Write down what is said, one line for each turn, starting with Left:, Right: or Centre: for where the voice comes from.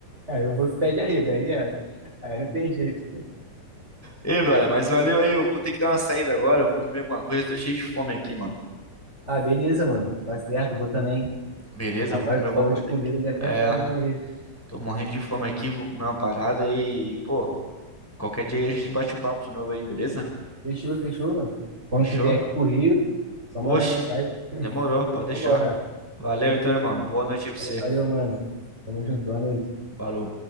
Right: Aí eu vou se pé arrego, aí é. Aí não tem jeito.
Centre: Ei, brother, mas valeu aí. Eu vou ter que dar uma saída agora. Eu vou comer alguma coisa. Tô cheio de fome aqui, mano.
Right: Ah, beleza, mano. Tá certo, eu vou também.
Centre: Beleza,
Right: Agora
Centre: eu vou comer
Right: que tu
Centre: alguma
Right: falou
Centre: coisa
Right: de comida,
Centre: aqui.
Right: deu até
Centre: É,
Right: fome mesmo.
Centre: tô morrendo de fome aqui. Vou comer uma parada e, pô, qualquer dia aí a gente bate um papo de novo aí, beleza?
Right: Fechou, fechou, mano. Quando
Centre: Fechou?
Right: tu vier aqui pro Rio, só mandar
Centre: Oxe,
Right: mensagem.
Centre: demorou. Pode
Right: Vambora.
Centre: deixar. Valeu então, irmão. Boa noite aí pra
Right: Valeu,
Centre: você.
Right: valeu, mano. Tamo junto, boa noite.
Centre: Falou.